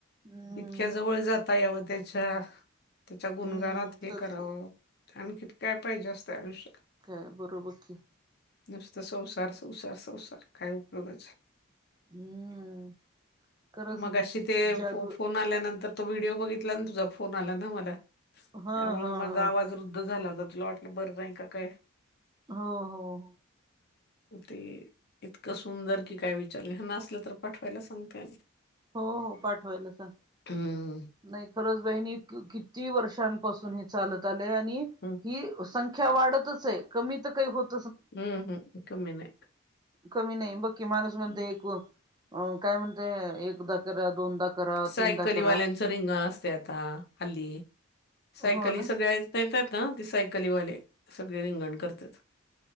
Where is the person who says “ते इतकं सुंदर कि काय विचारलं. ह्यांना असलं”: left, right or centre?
Left